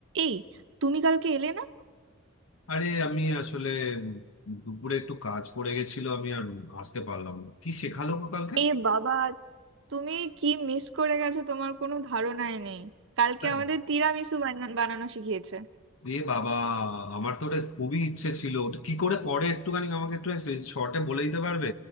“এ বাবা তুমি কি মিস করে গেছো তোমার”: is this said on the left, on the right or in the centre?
Right